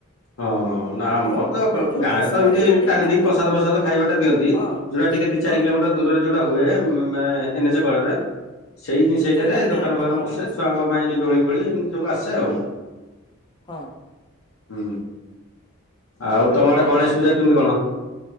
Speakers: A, on the left (about 75°); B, on the left (about 20°).
A: ହଁ ନା
B: ଆଉ
A: ଆମର
B: ଟେ
A: ତ
B: ଏଇ ଯୋଉ
A: ଗାଁରେ
B: ଷ୍ଟେସନାରୀ
A: ତ ଏମିତି
B: ଗାଡି
A: ଟାଣି
B: ଗୁଡା
A: ଦେଇକି ପ୍ରସାଦ ଫ୍ରସାଦ ଖାଇବାଟା ଦିଅନ୍ତି।
B: ହଁ
A: ଯୋଉଟା ଟିକେ ଦି ଚାରି
B: ହଁ
A: କିଲୋମିଟର ଦୂରରେ ଯୋଉଟା ହୁଏ ମାନେ ଏନ୍ ଏଚ କଡରେ। ସେଇ ସେଇଟାରେ
B: ସେଇଟା ଟିକେ
A: ଦୋକାନ ଫୋକାନ ବସେ
B: ଦୋକାନୀ
A: ଛୁଆଙ୍କ ପାଇଁ ଦୋଳି ଫୋଳି ଏମିତି ସବୁ ଆସେ ଆଉ।
B: ହଁ।
A: ହୁଁ ଆଉ ତମ
B: ଆମର
A: ଆଡେ
B: ଏ
A: ଗଣେଶ ପୂଜା କେମିତି କଣ?